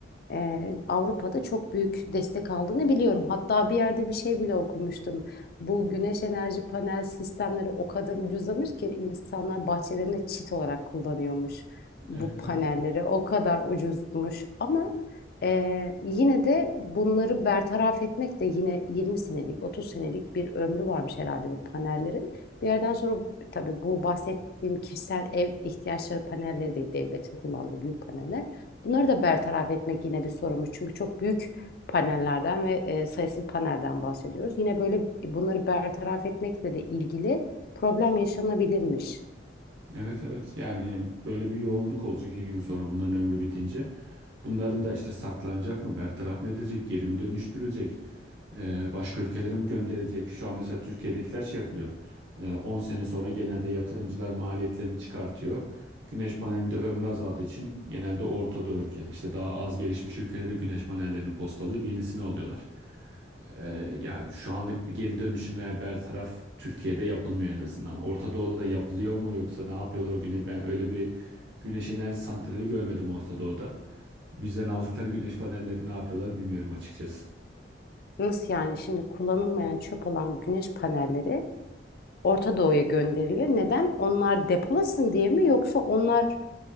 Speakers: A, on the left; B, on the right.
A: e, Avrupa'da çok büyük destek aldığını biliyorum. Hatta bir yerde bir şey bile okumuştum. Bu güneş enerji panel sistemleri o kadar ucuzlamış ki insanlar bahçelerinde çit olarak kullanıyormuş bu
B: Evet
A: panelleri.
B: evet.
A: O kadar ucuzmuş ama e, yine de bunları bertaraf etmek de yine 20 senelik, 30 senelik bir ömrü varmış herhalde bu panellerin. Bir yerden sonra tabii bu bahsettiğim kişisel ev ihtiyaçları panelleri değil, devletin kullandığı büyük paneller. Bunları da bertaraf etmek yine bir sorumuz. Çünkü çok büyük panellerden ve e, sayısız panelden bahsediyoruz. Yine böyle bunları bertaraf etmekle de ilgili problem yaşanabilirmiş.
B: Evet evet yani böyle bir yoğunluk olacak iki gün sonra bunların ömrü bitince. Bunların da işte saklanacak mı, bertaraf mı edecek, geri mi dönüştürülecek, e, başka ülkelere mi gönderilecek? Şu an mesela Türkiye'dekiler şey yapılıyor. E, 10 sene sonra genelde yatırımcılar maliyetlerini çıkartıyor. Güneş panelinde ömrü azaldığı için genelde Orta Doğu ülkeleri işte daha az gelişmiş ülkelere güneş panellerini postalayıp yenisini alıyorlar. Ee, yani şu anlık bir geri dönüşüm veya bertaraf Türkiye'de yapılmıyor en azından. Orta Doğu'da da yapılıyor mu yoksa ne yapıyorlar o güne? Ben öyle bir güneş enerji santrali görmedim Orta Doğu'da. Bizden aldıkları güneş panellerini ne yapıyorlar bilmiyorum açıkçası.
A: Nasıl yani? Şimdi kullanılmayan çöp olan güneş panelleri Orta Doğu'ya gönderiliyor. Neden? Onlar depolasın diye mi yoksa onlar